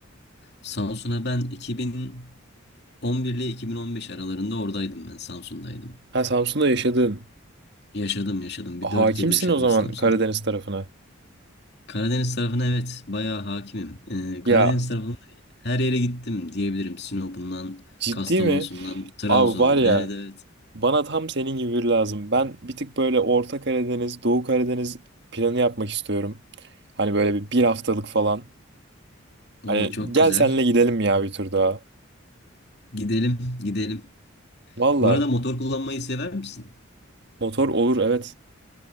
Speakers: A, on the left; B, on the right.
A: Samsun'a ben 2011 ile 2015 aralarında oradaydım ben Samsun'daydım.
B: Ha Samsun'da yaşadın.
A: Yaşadım yaşadım. Bir
B: Hakimsin
A: 4 yıl yaşadım
B: o zaman
A: Samsun'da.
B: Karadeniz tarafına.
A: Karadeniz tarafına evet bayağı hakimim. E,
B: Ya
A: Karadeniz tarafında her yere gittim diyebilirim. Sinop'undan,
B: ciddi
A: Kastamonu'sundan,
B: mi?
A: Trabzon'dan.
B: Abi var ya
A: Evet evet.
B: bana tam senin gibi biri lazım. Ben bir tık böyle Orta Karadeniz, Doğu Karadeniz planı yapmak istiyorum. Hani böyle bir, bir haftalık falan.
A: O
B: Hani
A: çok
B: gel
A: güzel.
B: senle gidelim ya bir tur daha.
A: Gidelim, gidelim.
B: Valla
A: Bu arada motor kullanmayı sever misin?
B: motor olur evet.